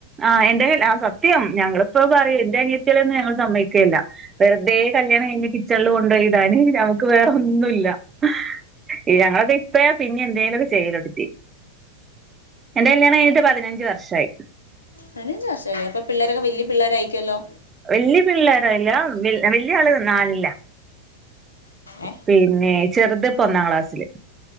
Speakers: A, on the right; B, on the left.
A: ആ എന്റെ ആ സത്യം ഞങ്ങളിപ്പോ പറയും എന്റെ അനിയത്തികളെന്നും ഞങ്ങൾ സമ്മയിക്കലില്ല വെറുതെ കല്യാണം കഴിഞ്ഞ് കിച്ചൺല് കൊണ്ടോയി <unintelligible> നമുക്ക് വേറെ ഒന്നുല്ല പിന്നെ ഞങ്ങളൊക്കെ ഇപ്പേ പിന്നെ എന്തേലൊക്കെ ചെയ്യലൊട്ത്തി കല്യാണം കഴിഞ്ഞിട്ട് പതിനഞ്ച് വർഷായി
B: പതിനഞ്ച് വർഷായോ അപ്പൊ പിള്ളേരൊക്കെ വലിയ പിള്ളേരായിരിക്കുല്ലോ
A: വല്യ പിള്ളേരായില്ല വല്യ ആള് നാലിലാ
B: ഏ
A: പിന്നെ ചെറുതിപ്പ ഒന്നാം ക്ലാസ്സില്